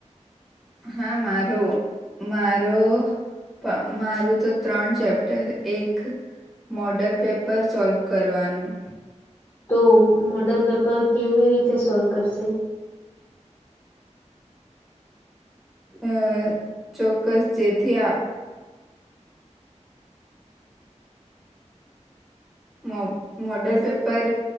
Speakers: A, in the centre; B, on the left.
A: હા મારું મારું પ મારું તો ત્રણ ચેપ્ટર એક મોડલ પેપર સોલ્વ કરવાનું
B: તો મોડલ પેપર કેવી રીતે સોલ્વ કરશે?
A: અ ચોક્કસ જેથી આપ મો મોડલ પેપર